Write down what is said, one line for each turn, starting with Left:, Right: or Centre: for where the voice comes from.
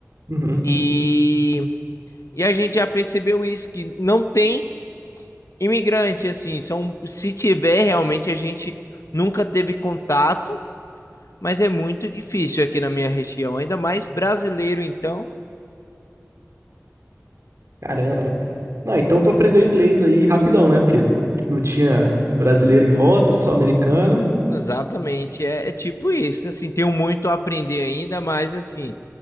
Right: Uhum.
Left: E, e a gente já percebeu isso, que não tem imigrante, assim. São, se tiver, realmente a gente nunca teve contato, mas é muito difícil aqui na minha região. Ainda mais brasileiro, então.
Right: Caramba. Não, então tu aprendeu inglês aí rapidão, né? Porque não tinha brasileiro em volta, só americano.
Left: Exatamente, é, é tipo isso, assim, tenho muito a aprender ainda, mas assim,